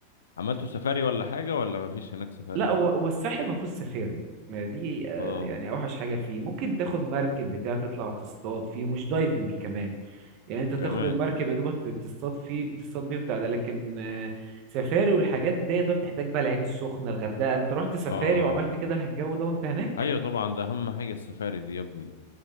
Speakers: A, on the left (about 65°); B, on the right (about 40°).
A: عملتوا سفاري ولا حاجه ولا ما فيش هناك سفاري
B: لا هو هو الساحل ما فيهوش سفاري ما دي آه،
A: اه
B: يعني اوحش حاجه فيه ممكن تاخد مركب بتاع تطلع تصطاد فيه مش دايفنج كمان يعني انت تاخد
A: كمان
B: المركب يا دوبك تصطاد فيه بتصطاد بيه وبتاع ده لكن آه، سفاري والحاجات دي ده بتحتاج بقى العين السخنه الغردقه انت رحت سفاري
A: اه
B: وعملت كده الجو ده وانت هناك
A: ايوه طبعا ده اهم حاجه السفاري دي يا ابني